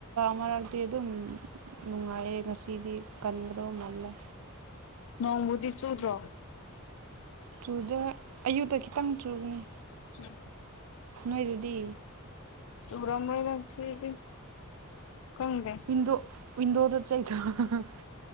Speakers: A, on the right; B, on the left.
A: ꯃꯔꯛꯗꯤ ꯑꯗꯨꯝ ꯅꯨꯡꯉꯥꯏꯌꯦ ꯉꯁꯤꯗꯤ ꯀꯟꯒꯗꯕ ꯃꯥꯜꯂꯦ
B: ꯅꯣꯡꯕꯨꯗꯤ ꯆꯨꯗ꯭ꯔꯣ
A: ꯆꯨꯗꯦ ꯑꯌꯨꯛꯇ ꯈꯤꯇꯪ ꯆꯨꯕꯅꯦ
B: ꯎꯝ
A: ꯅꯣꯏꯗꯗꯤ
B: ꯆꯨꯔꯝꯔꯣꯢ ꯉꯁꯤꯗꯤ ꯀꯪꯗꯦ
A: ꯋꯤꯟꯗꯣ ꯋꯤꯟꯗꯣꯗ <unintelligible>